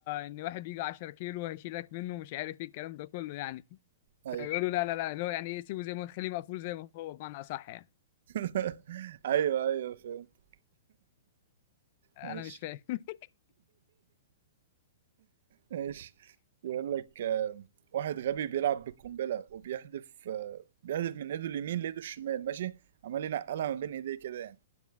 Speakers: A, on the left (about 45°); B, on the right (about 65°).
A: إن واحد بيجي 10 كيلو هيشيلك منه مش عارف إيه الكلام ده كله يعني
B: ايوه
A: فبيقولوا لا لا لا اللي هو يعني إيه سيبه زي ما خليه مقفول زي ما هو بمعنى أصح يعني
B: <laughs> ايوه ايوه فهمت
A: أنا
B: ماشي
A: مش فاهم
B: ماشي يقول لك آه، واحد غبي بيلعب بالقنبلة وبيحدف آه، بيحدف من ايده اليمين لايده الشمال ماشي عمال ينقلها ما بين ايديه كده يعني